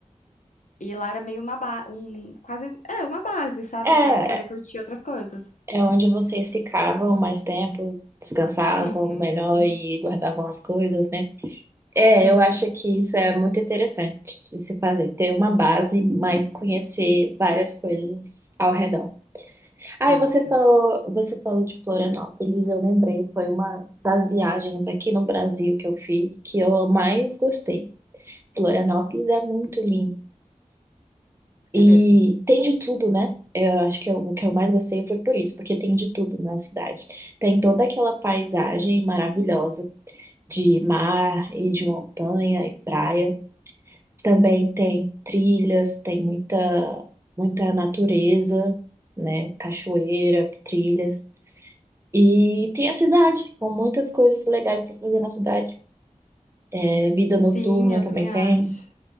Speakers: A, on the left; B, on the right.
A: E lá era meio uma ba um, quase, um- é, uma base, sabe?
B: É,
A: Pra poder curtir outras coisas.
B: é onde vocês ficavam mais tempo, descansavam
A: Uhum.
B: melhor e guardavam as coisas, né? É,
A: Isso,
B: eu acho que isso é muito interessante de se fazer, ter uma base, mas conhecer várias coisas ao redor. Ah,
A: isso.
B: e você falou, você falou de Florianópolis, eu lembrei, foi uma das viagens aqui no Brasil que eu fiz que eu mais gostei. Florianópolis é muito lindo.
A: É
B: E
A: mesmo.
B: tem de tudo, né? Eu acho que eu- o que eu mais gostei foi por isso, porque tem de tudo na cidade. Tem toda aquela paisagem maravilhosa de mar e de montanha e praia. Também tem trilhas, tem muita, muita natureza, né? Cachoeira, trilhas. E tem a cidade, com muitas coisas legais para fazer na cidade. É, vida
A: Sim,
B: noturna
A: eu
B: também
A: também
B: tem.
A: acho.